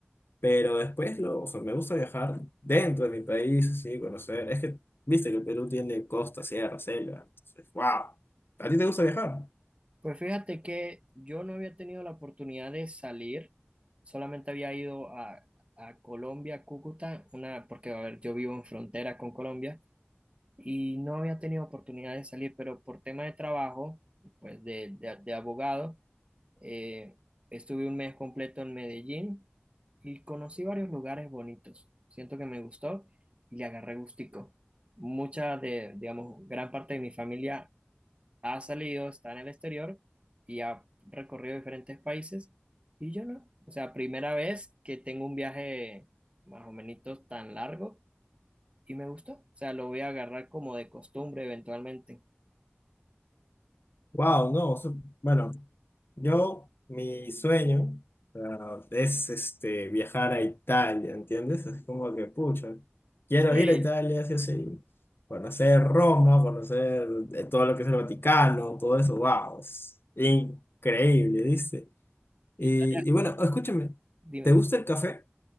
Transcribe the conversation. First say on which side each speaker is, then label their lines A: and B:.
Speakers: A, on the left; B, on the right.
A: pero después, lo, o sea, me gusta viajar dentro de mi país, así, conocer, es que, viste que el Perú tiene costa, sierra, selva, entonces, wow, ¿a ti te gusta viajar?
B: Pues fíjate que yo no había tenido la oportunidad de salir, solamente había ido a, a Colombia, Cúcuta, una, porque a ver, yo vivo en frontera con Colombia y no había tenido oportunidad de salir, pero por tema de trabajo, pues de, de, de abogado, eh, estuve un mes completo en Medellín y conocí varios lugares bonitos. Siento que me gustó y le agarré gustico. Mucha de, digamos, gran parte de mi familia ha salido, está en el exterior y ha recorrido diferentes países y yo no. O sea, primera vez que tengo un viaje más o menos tan largo y me gustó. O sea, lo voy a agarrar como de costumbre eventualmente.
A: Wow, no, su- bueno, yo, mi sueño, ah, es este, viajar a Italia, ¿entiendes? Es como que, pucha, quiero
B: Sí,
A: ir a Italia, sí, o sí, conocer Roma, conocer eh, todo lo que es el Vaticano, todo eso, wow, es increíble, ¿viste?
B: Italia,
A: Y, y bueno, escúchame,
B: dime,
A: ¿te gusta el café?